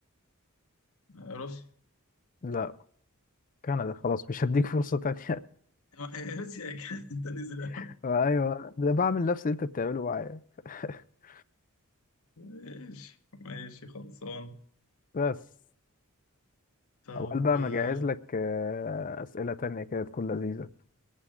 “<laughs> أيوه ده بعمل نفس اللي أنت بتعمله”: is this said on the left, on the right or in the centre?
Left